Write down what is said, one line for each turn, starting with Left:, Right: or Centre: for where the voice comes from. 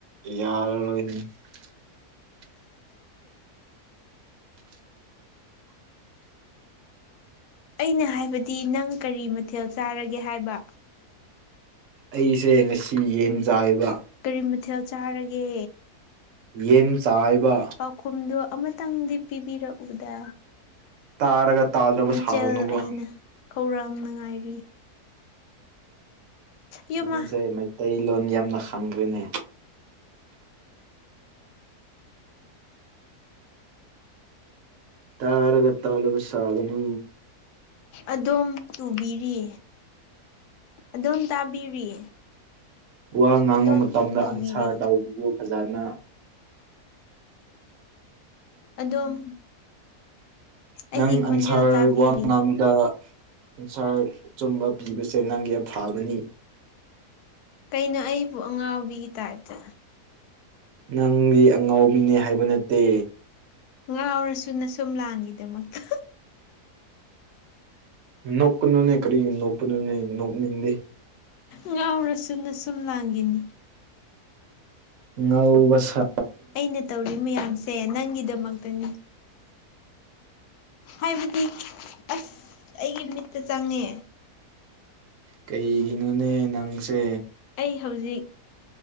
Right: ꯌꯥꯔꯔꯣꯏꯅꯤ <unintelligible> <unintelligible>
Left: ꯑꯩꯅ ꯍꯥꯏꯕꯗꯤ ꯅꯪ ꯀꯔꯤ ꯃꯊꯦꯜ ꯆꯥꯔꯒꯦ ꯍꯥꯏꯕ
Right: ꯑꯩꯁꯦ ꯉꯁꯤ ꯌꯦꯟ ꯆꯥꯌꯦꯕ
Left: ꯀꯔꯤ ꯃꯊꯦꯜ ꯆꯥꯔꯒꯦ
Right: ꯌꯦꯟ ꯆꯥꯏꯕꯌꯦꯕ
Left: ꯄꯥꯎꯈꯨꯝꯗꯣ ꯑꯃꯇꯪꯗꯤ ꯄꯤꯕꯤꯔꯛꯎꯗ
Right: ꯇꯥꯔꯒ ꯇꯥꯗ꯭ꯔꯕ ꯁꯥꯒꯅꯨꯕ
Left: ꯅꯆꯜ ꯑꯩꯅ ꯈꯧꯔꯥꯡꯅ ꯉꯥꯏꯔꯤ ꯏꯌꯨꯝꯃ
Right: ꯅꯪꯁꯦ ꯃꯩꯇꯩꯂꯣꯟ ꯌꯥꯝꯅ ꯈꯪꯈ꯭ꯔꯦꯅꯦ ꯇꯔꯒ ꯇꯥꯗꯕ ꯁꯥꯒꯅꯨ
Left: ꯑꯗꯣꯝ ꯇꯨꯕꯤꯔꯤ ꯑꯗꯨꯝ ꯇꯥꯕꯤꯔꯤ
Right: ꯋꯥ ꯉꯥꯡꯕ
Left: ꯑꯗꯣꯝ
Right: ꯃꯇꯝꯗ
Left: ꯇꯨꯕꯤꯔꯤ
Right: ꯑꯟꯁꯥꯔ ꯇꯧꯕꯤꯌꯣꯐꯖꯅ
Left: ꯑꯗꯣꯝ ꯑꯩꯒꯤ
Right: ꯅꯪ
Left: ꯈꯣꯟꯖꯦꯜ
Right: ꯑꯟꯁꯥꯔ
Left: ꯇꯥꯕꯤꯔꯤ
Right: ꯋꯥ ꯉꯥꯡꯕꯗ ꯑꯟꯁꯥꯔ ꯑꯆꯨꯝꯕ ꯄꯤꯕꯁꯦ ꯅꯪꯒꯤ ꯑꯐꯥꯕꯅꯤ
Left: ꯀꯩꯅꯣ ꯑꯩꯕꯨ ꯑꯉꯥꯎꯕꯤꯒꯤ ꯇꯥꯏꯞꯇ
Right: ꯅꯪꯗꯤ ꯑꯉꯥꯎꯕꯤꯅꯦ ꯍꯥꯏꯕ ꯅꯠꯇꯦ
Left: ꯉꯥꯎꯔꯁꯨ ꯅꯁꯨꯝ ꯂꯥꯡꯒꯤꯗꯃꯛꯇ
Right: ꯅꯣꯛꯀꯅꯨꯅꯦ ꯀꯔꯤꯒꯤ ꯅꯣꯛꯄꯅꯣꯅꯦ ꯅꯣꯛꯅꯤꯡꯗꯦ
Left: ꯉꯥꯎꯔꯁꯨꯅꯁꯨꯝ ꯂꯥꯡꯒꯤꯅꯦ
Right: ꯉꯧꯕꯁ
Left: ꯑꯩꯅ ꯇꯧꯔꯤ ꯃꯌꯥꯝꯁꯦ ꯅꯪꯒꯤꯗꯃꯛꯇꯅꯦ ꯍꯥꯏꯕꯗꯤ ꯑꯁ ꯑꯩꯒꯤ ꯃꯤꯠꯇ ꯆꯪꯉꯦ
Right: ꯀꯩꯒꯤꯅꯣꯅꯦ ꯅꯪꯁꯦ
Left: ꯑꯩ ꯍꯧꯖꯤꯛ